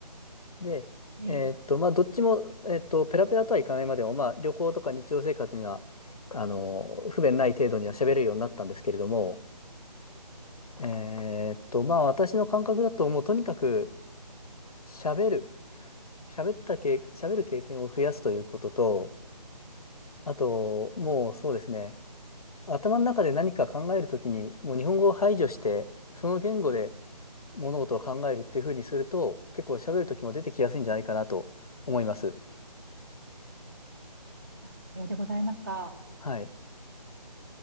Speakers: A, on the left; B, on the right.
A: で、
B: ええ。
A: えーっと、まあどっちも、えーっと、ペラペラとはいかないまでも、まあ旅行とか日常生活には、あの、不便ない程度には喋れるようになったんですけれども、えーっと、まあ私の感覚だと、もうとにかく喋る、喋ったけ、喋る経験を増やすということと、あと、もうそうですね、頭の中で何か考えるときに、もう日本語を排除して、その言語で物事を考えるっていうふうにすると、結構喋るときも出てきやすいんじゃないかなと思います。
B: あ、さようでございますか。
A: はい。